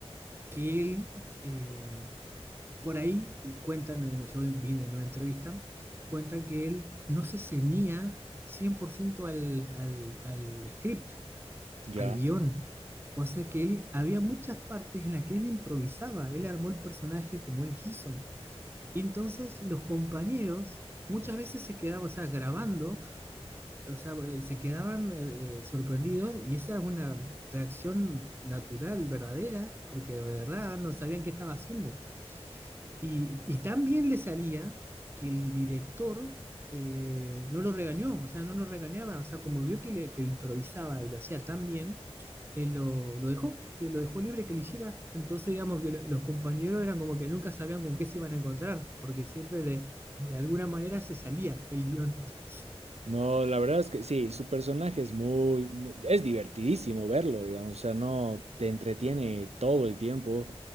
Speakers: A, on the right; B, on the right.
A: que él... eh, Por ahí eh, cuentan, eh, yo vi en una entrevista, cuentan que él no se ceñía 100% al, al, al script,
B: Ya.
A: al guión. O sea que él, había muchas partes en las que él improvisaba, él armó el personaje como él quiso. Y entonces los compañeros muchas veces se quedaban, o sea, grabando, o sea, eh, se quedaban eh, sorprendidos y esa es una reacción natural, verdadera, porque de verdad no sabían qué estaba haciendo. Y, y tan bien le salía que el director eh, no lo regañó, o sea, no lo regañaba, o sea, como vio que, le, que improvisaba y lo hacía tan bien, él lo, lo dejó, que lo dejó libre que lo hiciera. Entonces, digamos que lo- los compañeros eran como que nunca sabían con qué se iban a encontrar, porque siempre de, de alguna manera se salía el guión. <laughs>
B: No, la verdad es que sí, su personaje es muy, mu- es divertidísimo verlo, digamos, o sea, no te entretiene todo el tiempo,